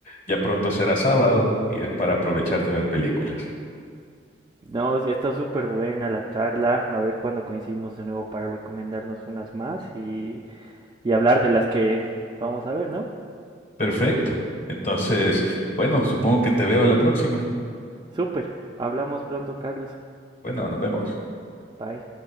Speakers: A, on the left; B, on the right.
A: ya pronto será sábado y es para aprovechar de ver películas.
B: No, sí, está súper buena la charla. A ver cuándo coincidimos de nuevo para recomendarnos unas más y, y hablar de las que vamos a ver, ¿no?
A: Perfecto. Entonces, bueno, supongo que te veo a la próxima.
B: Súper. Hablamos pronto, Carlos.
A: Bueno, nos vemos.
B: Bye.